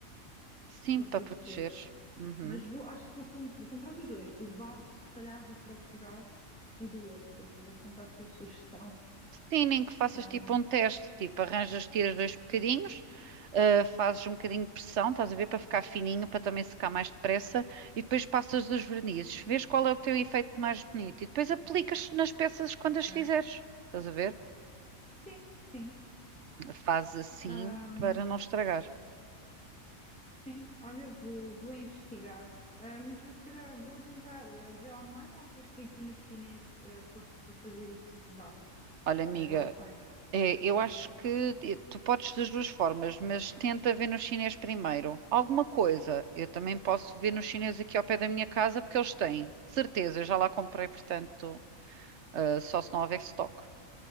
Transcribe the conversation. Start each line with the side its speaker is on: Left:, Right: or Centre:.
Right: Sim,
Centre: para
Right: para
Centre: proteger.
Right: proteger. Uhum.
Centre: Mas vou, acho que vou, com- vou comprar dos dois, do baço, se calhar vou procurar, e do outro, que eu vou apontar a tua sugestão,
Right: Sim, nem que faças
Centre: realmente,
Right: tipo um teste, tipo, arranjas, tiras dois bocadinhos, ah, fazes um bocadinho de pressão, estás a ver, para ficar fininho, para também secar mais depressa, e depois passas os vernizes, vês qual é o teu efeito mais bonito, e depois aplicas nas peças quando
Centre: ok?
Right: as fizeres, estás a ver?
Centre: Sim, sim.
Right: Faz assim
Centre: Ahm,
Right: para não estragar.
Centre: sim, olha, vou, vou investigar. Ah, mas vou, se calhar vou tentar ah, ver online ou achas que aqui no chinês ah, para para fazer isso dá?
Right: Olha, amiga,
Centre: Ah, eles têm.
Right: É, eu acho que te- tu podes das duas formas, mas tenta ver no chinês primeiro. Alguma coisa, eu também posso ver no chinês aqui ao pé da minha casa, porque eles têm, de certeza, eu já lá comprei, portanto, ah, só se não houver estoque.